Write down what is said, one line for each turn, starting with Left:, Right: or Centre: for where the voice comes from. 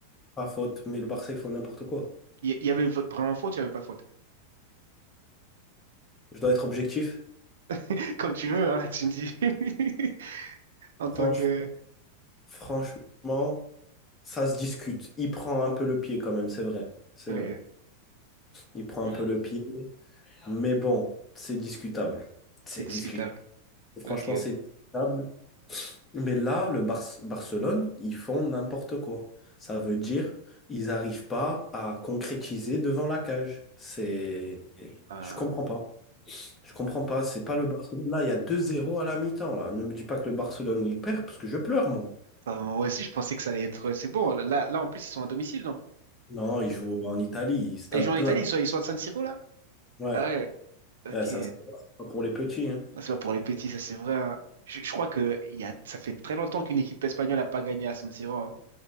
Left: pas faute, mais le Barça, ils font n'importe quoi.
Right: y, y avait v- vraiment faute, il y avait pas faute.
Left: Je dois être objectif.
Right: <laughs> Comme tu veux, hein, tu me dis. <laughs> En tant
Left: Franch-
Right: que.
Left: franchement, ça se discute. Il prend un peu le pied quand même, c'est vrai. C'est
Right: Ok.
Left: vrai. Il prend
Right: Ouais.
Left: un peu le pied, mais bon, c'est discutable. C'est
Right: C'est discutable.
Left: discutable. Franchement,
Right: Ok,
Left: c'est discutable. Mais là, le Bar- Barcelone, ils font n'importe quoi. Ça veut dire, ils n'arrivent pas à concrétiser devant la cage. C'est...
Right: ok.
Left: Je comprends pas. Je comprends pas, c'est pas le Barcelone. Là, il y a deux zéro à la mi-temps, là. Ne me dis pas que le Barcelone il perd parce que je pleure, moi.
Right: Enfin, moi aussi, je pensais que ça allait être. C'est bon. Là, là, en plus, ils sont à domicile, non?
Left: Non, il joue en Italie, stade
Right: Et ils jouent en
Left: plein.
Right: Italie, ils sont, ils sont à San Siro, là?
Left: Ouais,
Right: Ah ouais, ok.
Left: Ouais, c'est un stade, c'est pas pour les petits, hein.
Right: Ah, C'est pas pour les petits, ça, c'est vrai. hein. Je, je crois que il y a, ça fait très longtemps qu'une équipe espagnole n'a pas gagné à San Siro. hein.